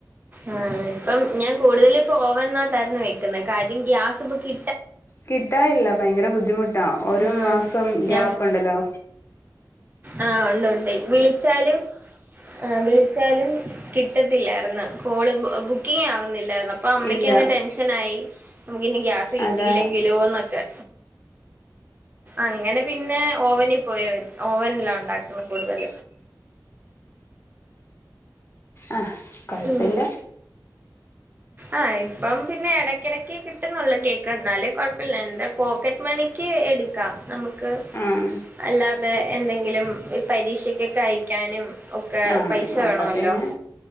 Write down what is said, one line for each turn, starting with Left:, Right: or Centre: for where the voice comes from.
Right: ആഹ് ഇപ്പം ഞാൻ കൂടുതലിപ്പൊ ഓവൻ ന്നകത്താരുന്നു വെക്കുന്ന കാര്യം ഗ്യാസ് ഇപ്പ കിട്ട
Left: കിട്ടാനില്ല ഭയങ്കര ബുദ്ധിമുട്ടാ. ഒരു
Right: ആഹ്
Left: മാസം
Right: ഞ
Left: ഗ്യാപ് ഉണ്ടല്ലോ?
Right: ആഹ് ഉണ്ട് ഉണ്ട് വിളിച്ചാലും- ആ വിളിച്ചാലും കിട്ടത്തില്ലായിരുന്നു. കോള് ബുക്കിംഗ് ആവുന്നില്ലായി- അപ്പൊ അമ്മയ്ക്കങ്‌
Left: ഇല്ല
Right: ടെൻഷൻ ആയി നമുക്കിനി ഗ്യാസ് കിട്ടിയില്ലെങ്കിലോന്നൊക്കെ?
Left: അതാ
Right: അങ്ങനെ പിന്നെ ഓവനിൽ പോയ ഓവനിലാ ഉണ്ടാക്കുന്നത് കൂടുതൽ
Left: ആ കുഴപ്പല്ല
Right: ഉം ആഹ് ഇപ്പം പിന്നെ ഇടക്കിടക്ക് കിട്ടുന്നുള്ളൂ കേക്ക് എന്നാലും കൊഴപ്പല്ല എന്താ- പോക്കറ്റ് മണിക്ക് എടുക്കാ നമുക്ക്-
Left: ആഹ്
Right: അല്ലാതെ എന്തെങ്കിലും, പരീക്ഷക്കൊക്കെ അയക്കാനും- ഒക്കെ
Left: ആ
Right: പൈസ
Left: അപ്പൊ
Right: വേണല്ലോ
Left: പിന്നെ